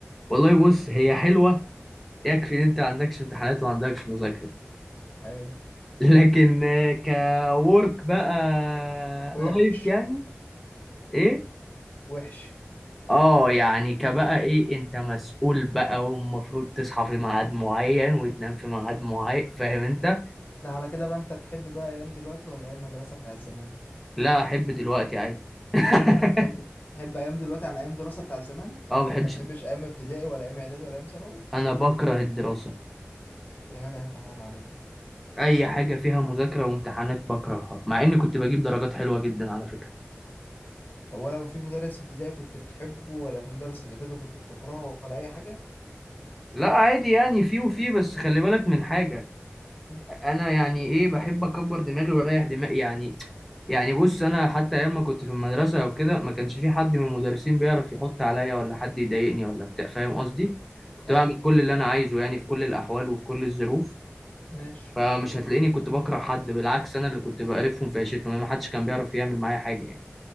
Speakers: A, in the centre; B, on the left.
A: والله بص هي حلوه يكفي
B: ها
A: ان انت ما عندكش امتحانات وما عندكش مذاكره
B: حلو
A: <laughs> لكن كورك بقى
B: وحش
A: لايف يعني ايه
B: وحش
A: اه يعني كبقى ايه انت مسؤول بقى ومفروض تصحى في ميعاد معين وتنام في ميعاد معين فاهم انت
B: ده على كده بقى انت تحب بقى ايام دلوقتي ولا ايام مدرسه بتاع زمان
A: لا احب دلوقتي عادي <laughs>
B: يعني انت تحب تحب ايام دلوقتي عن ايام دراسه بتاع زمان
A: اه بحبش
B: يعني انت ما بتحبش ايام ابتدائي ولا ايام اعدادي ولا ايام ثانوي
A: انا بكره الدراسه
B: يا جدع انت حرام عليك
A: اي حاجه فيها مذاكره وامتحانات بكرهها مع اني كنت بجيب درجات حلوه جدا على فكره
B: طب ولا في مدرس في ابتدائي كنت بتحبه ولا في مدرس في اعدادي كنت بتكرهه ولا اي حاجه
A: لا عادي يعني في وفي بس خلي بالك من حاجه
B: هم،
A: انا يعني ايه بحب اكبر دماغي واريح دماغي يعني يعني بص انا حتى ايام ما كنت في المدرسه او كده ما كانش في حد من المدرسين بيعرف يحط عليا ولا حد يضايقني ولا بتاع فاهم قصدي كنت
B: حلو
A: بعمل كل اللي انا عايزه يعني في كل الاحوال وفي كل الظروف
B: ماشي
A: فمش هتلاقيني كنت بكره حد بالعكس انا اللي كنت بقرفهم في عيشتهم يعني ما حدش كان بيعرف يعمل معايا حاجه يعني